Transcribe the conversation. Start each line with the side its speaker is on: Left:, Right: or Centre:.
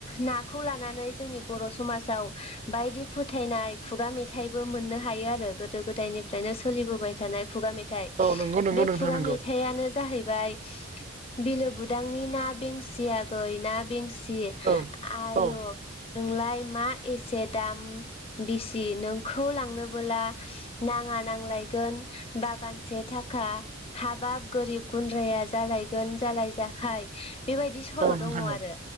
Left: -नाखौ लानानै जोंनि बर' समाजाव बायदि फोथायनाय खुगा मेथाइबो मोननो हायो आरो गोदो गोदायनिफ्रायनो सोलिबोबाय थानाय खुगा मेथाइ
Right: नंगौ नंगौ
Left: बे
Right: नोंथां
Left: खुगा
Right: नंगौ
Left: मेथाइयानो जाहैबाय बिलो बुदांनि ना बेंसि आगै ना बेंसि
Right: औ
Left: आय'
Right: औ
Left: नोंलाय मा एसे दाम बेसि नोंखौ लांनोबोला नाङा नांलायगोन बागानसे थाख खा हाबाब गोरिब गुन्द्राया जालायगोन जालाय -जाखाय बेबायदि सल'
Right: औ नोंथां
Left: दङ आरो
Right: औ